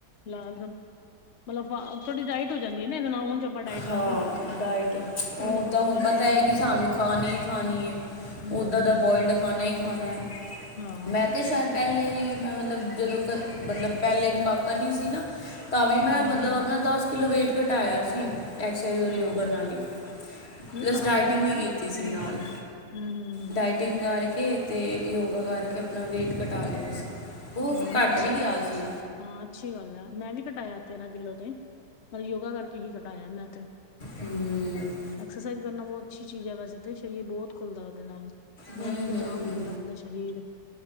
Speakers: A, on the left; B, on the left.
A: ਲਾਲ ਮਤਲਬ ਆਪਾਂ, ਥੋਡੀ ਡਾਇਟ ਹੋ ਜਾਦੀ ਨਲ, ਉਂਜ ਆਪਾਂ ਡਾਇਟ
B: ਹਾਂ
A: ਕਰ ਨੀ ਸਕਦੇ
B: ਡਾਇਟ, ਓਦਾਂ
A: ਉਂਝ ਆਪਾਂ ਫੋਲੋ
B: ਹੁਣ
A: ਨੀ
B: ਪਤਾ
A: ਕਰ
B: ਹੈ,
A: ਸਕਦੇ
B: ਕਿ ਸਾਨੂੰ ਖਾਣੀ ਖਾਣੀ ਹੈ।
A: ਹਮ
B: ਉਦਾ ਦਾ ਬੋਇਲਡ ਖਾਣਾ ਹੀ ਖਾਣਾ ਹੈ,
A: ਹਾਂ
B: ਮੈਂ
A: ਹਮ
B: ਤੇ ਸ਼ਾਇਦ ਪਹਿਲੇ ਵੀ ਮੈ ਮਤਲਬ ਜਦੋ ਮਤਲਬ ਪਹਿਲੇ ਵੀ ਕਾਕਾ ਨੀ ਸੀ ਨਾ, ਤਾਂ ਵੀ ਮੈ
A: ਹਮ
B: ਮਤਲਬ ਆਪਣਾ
A: ਹਮ
B: ਦਸ ਕਿਲੋ ਵੇਟ ਘਟਾਇਆ ਸੀ, ਐਕਸਰ ਸਾਈਜ਼ ਹੋਰ
A: ਹਾਂ
B: ਯੋਗਾ ਨਾਲ ਹੀ
A: ਨਹੀਂ
B: ਪਲੱਸ
A: ਘੱਟ
B: ਡਾਇਟਿੰਗ
A: ਜਾਂਦਾ
B: ਵੀ ਕੀਤੀ
A: ਹਮ
B: ਸੀ
A: ਹਮ
B: ਨਾਲ,
A: ਹਮ ਹਮ
B: ਡਾਇ ਫਟਿੰਗ ਕਰਕੇ ਤੇ ਯੋਗਾ ਕਰਕੇ, ਆਪਣਾ ਵੇਟ ਘਟਾ ਲਿਆ ਸੀ। ਉਹ
A: ਹਾਂ
B: ਫਿਰ
A: ਨਹੀ
B: ਘਟ
A: ਅਛੀ,
B: ਵੀ ਗਿਆ ਸੀ
A: ਹਾਂ ਅਛੀ ਗਲ ਆ, ਮੈ ਵੀ ਕਟਾਇਆ ਤੇਰਾਂ ਕਿਲੋ ਤੇ ਮਤਲਬ ਯੋਗਾ ਕਰਕੇ ਹੀ ਕਟਾਇਆ ਮੈ ਤੇ
B: ਹੂੰ
A: ਐਕਸਾਈਜ਼ ਕਰਨਾ ਬਹੁਤ ਅਛੀ ਚੀਜ਼ ਹੈ, ਵੈਸੇ ਤੇ, ਸ਼ਰੀਰ ਬਹੁਤ ਖੁੱਲਦਾ ਉਹਦੇ ਨਾਲ,
B: ਹੂੰ
A: ਮਤਲਬ
B: ਹੂੰ
A: ਜਾਮ
B: ਹੂੰ
A: ਹੋ ਜਾਦਾ, ਬੰਦਾ ਸਰੀਰ